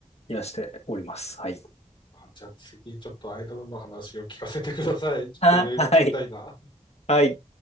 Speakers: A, on the left; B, on the left.
A: 癒しております。はい。
B: じゃあ次、ちょっとアイドルの話を聞かせてください。ちょっといろいろ聞きたいな。
A: は、はい。はい。